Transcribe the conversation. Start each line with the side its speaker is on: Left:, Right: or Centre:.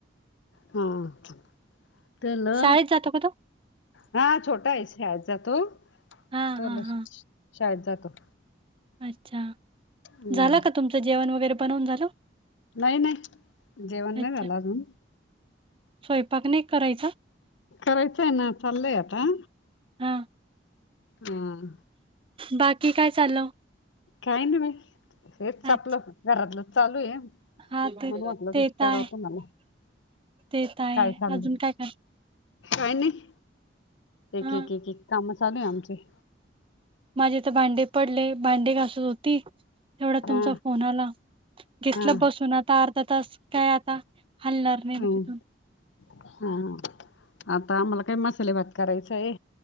Left: हां त्याला
Right: शाळेत जातो का तो?
Left: हा छोटा आहे शाळेत जातो
Right: हां
Left: तोला
Right: हां हां
Left: शाळेत जातो
Right: अच्छा
Left: हम्म.
Right: झाल का तुमचं जेवण वगैरे बनवून झालं?
Left: नाही नाही जेवण नाही
Right: अच्छा
Left: झाल अजून.
Right: स्वयंपाक नाही करायचा?
Left: करायचाय ना चालय आता.
Right: हां
Left: हां
Right: बाकी काय चालय
Left: काही नाही बाई हेच आपल
Right: अच्छा
Left: घरातल चालू आहे.
Right: हा ते
Left: म्हणुन वाटलं
Right: ते
Left: विचाराव
Right: तर आहे
Left: तुम्हाला
Right: ते तर आहे
Left: काय चाललय.
Right: अजून काय काय
Left: काय नाही
Right: हा
Left: एक एक एक काम चालू आहे आमचे.
Right: माझे तर भांडे पडले भांडे घासत होती. तेवढ्यात
Left: हा
Right: तुमचा फोन आला घेतल
Left: हा
Right: बसून आता अर्धा तास. काय आता हलणार नाही मी
Left: हं,
Right: तिथून.
Left: हा हा आता आम्हाला काय मसाले भात करायचा आहे.